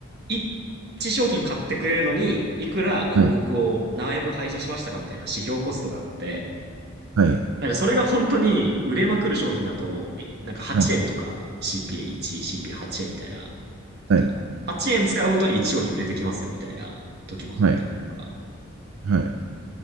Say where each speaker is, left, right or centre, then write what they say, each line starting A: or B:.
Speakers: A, on the right (about 50°); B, on the right (about 75°).
A: 1商品買ってくれるのに、いくら広告を何円分配信しましたかみたいな指標コストがあって、
B: はいはい、
A: なんかそれが本当に売れまくる商品だと、えなんか8円とか
B: はい、
A: CPA1、CPA8 円みたいな、なんか8円使うごとに1商品売れてきますよみたいな時もあったりとか。
B: はい、はい、はい。